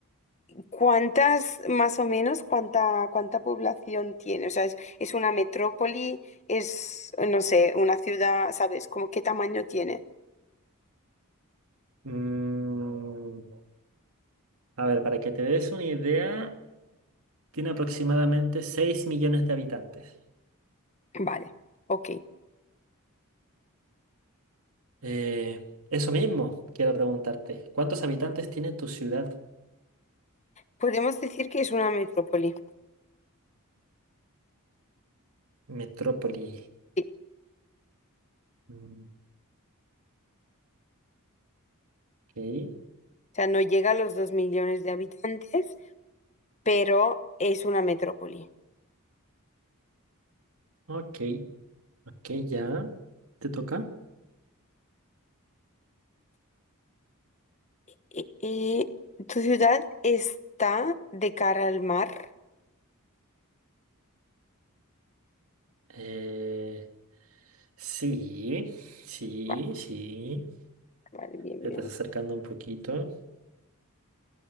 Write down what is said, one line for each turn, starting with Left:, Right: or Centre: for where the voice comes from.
Left: ¿Cuántas, más o menos, cuánta, cuánta población tiene? O sea, ¿es, es una metrópoli? ¿Es, no sé, una ciudad? ¿Sabes? Como qué tamaño tiene?
Right: Mm, a ver, para que te des una idea, tiene aproximadamente seis millones de habitantes.
Left: Vale, ok.
Right: Eh, eso mismo, quiero preguntarte, ¿cuántos habitantes tiene tu ciudad,
Left: Podemos decir que es una metrópoli.
Right: metrópoli?
Left: Sí.
Right: Mm, Ok,
Left: O sea, no llega a los dos millones de habitantes, pero es una metrópoli.
Right: ok, ok, ya, te toca.
Left: ¿Y, y tu ciudad está de cara al mar?
Right: Eh, sí, sí,
Left: Vale,
Right: sí.
Left: vale, bien,
Right: Te
Left: bien.
Right: estás acercando un poquito.